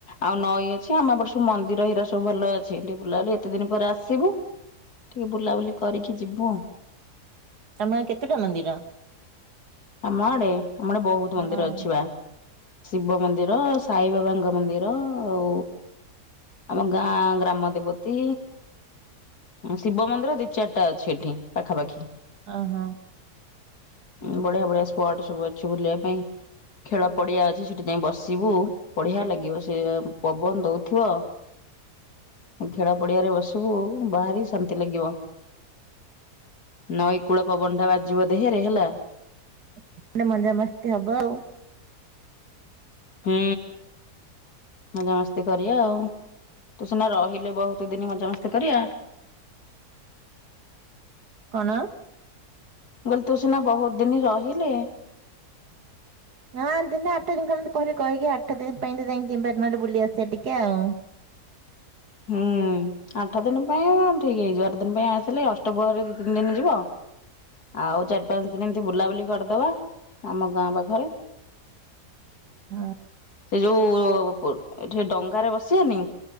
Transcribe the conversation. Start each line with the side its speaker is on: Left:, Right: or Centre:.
Left: ଆଉ ନଈ ଅଛି ଆମପଟେ ସବୁ ମନ୍ଦିର ହିରା ସବୁ ଭଲ ଅଛି ଏଠି ବୁଲାବୁଲି ଏତେ ଦିନ ପରେ ଆସିବୁ। ଟିକେ ବୁଲାବୁଲି କରିକି ଯିବୁ ଆଉ।
Right: ତମ କେତେଟା ମନ୍ଦିର?
Left: ଆମ ଆଡେ ଆମର ବହୁତ
Right: ହଁ
Left: ମନ୍ଦିର ଅଛି ବା। ଶିବ ମନ୍ଦିର ସାଇବାବାଙ୍କ ମନ୍ଦିର ଆଉ ଆମ ଗାଁ ଗ୍ରାମ ଦେବତୀ। ଶିବ ମନ୍ଦିର ଦି ଚାରିଟା ଅଛି ଏଠି ପାଖାପାଖି।
Right: ଓହୋ।
Left: ବଢିଆ ବଢିଆ ସ୍ପଟ ସବୁ ଅଛି ବୁଲିବା ପାଇଁ ଖେଳ ପଡ଼ିଆ ଅଛି ସେଠି ଯାଇକି ବସିବୁ। ବଢିଆ ଲାଗିବ ସେି ପବନ ଦଉଥିବ ଖେଳା ପଡିଆରେ ବସିବୁ ବାହାରି ଶାନ୍ତି ଲାଗିବ। ନଈ କୂଳ ପବନଟା ବାଜିବ ଦେହରେ ହେଲା।
Right: <unintelligible> ମଜା ମସ୍ତି ହବ ଆଉ।
Left: ହୁଁ ମଜାାମସ୍ତି କରିବା ଆଉ ତୁ ସିନା ରହିଲେ ବହୁତ ଦିନ ମଜାମସ୍ତି କରିବା। ମୁଁ
Right: କଣ?
Left: ମୁଁ କଲି ତୁ ସିନା ବହୁତ ଦିନ ରହିଲେ।
Right: ହଁ ଦିନ ଆଠ ଦିନ ଖଲ କହିଲେ କହିହକି ଆଠ ଦିନ ପାଇଁ ତ ଯାଇି କିିବାର ନହେଲେ ବୁଲି ଆସିବାେ ଟିକେ ଆଉ।
Left: ହୁଁ। ଆଠ ଦିନ ପାଇଁ ଠିକ ହେଇଯିବ ଆଠ ଦିନ ପାଇଁ ଆସିଲେ ଅଷ୍ଟବହରେ ଦି ତିନି ଦିନ ଯିବ। ଆଉ ଚାରି ପାଞ୍ଚ ଦିନ ଏମତି ବୁଲାବୁଲି କରିଦବା ଆମ ଗାଁ ପାଖରେ।
Right: ହଁ
Left: ସେ ଯୋଉ ଏଠି ଡଙ୍ଗାରେ ବସିବନି